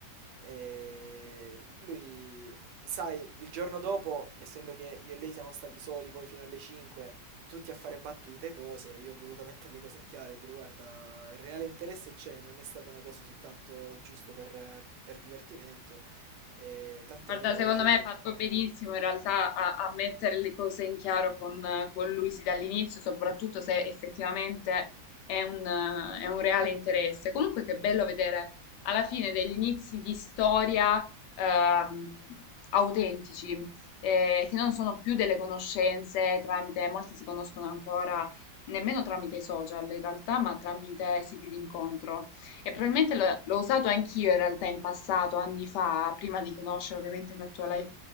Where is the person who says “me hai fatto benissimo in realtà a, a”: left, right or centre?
Left